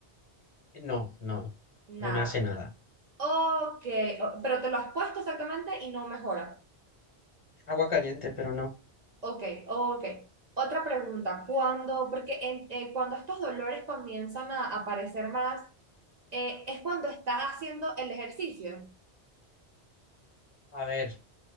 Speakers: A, on the left; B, on the right.
A: No, no,
B: Nada.
A: no me hace nada.
B: Ok, o- pero te lo has puesto exactamente y no mejora.
A: Agua caliente, pero no.
B: Ok, ok. Otra pregunta, cuando, porque en- eh, cuando estos dolores comienzan a aparecer más, eh, es cuando estás haciendo el ejercicio.
A: A ver,